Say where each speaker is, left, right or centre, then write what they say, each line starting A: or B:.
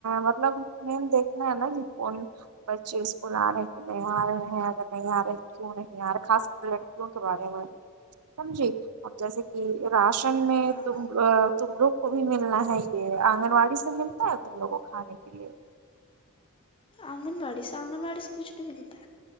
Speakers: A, on the right; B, on the left.
A: مطلب مین دیکھنا ہے نا کی کون بچے اسکول آ رہے کہ نہیں آ رہے ہیں اگر نہیں آ رہے کیوں نہیں آ رہے خاص کر لڑکیوں کے بارے میں سمجھی اب جیسے کی راشن میں
B: ہاں
A: تم آ تم لوگ کو بھی ملنا ہے یے آنگن واڑی سے ملتا ہے تم لوگ کو کھانے کے لیے
B: آنگن واڑی سے آنگن واڑی سے کچھ نہیں ملتا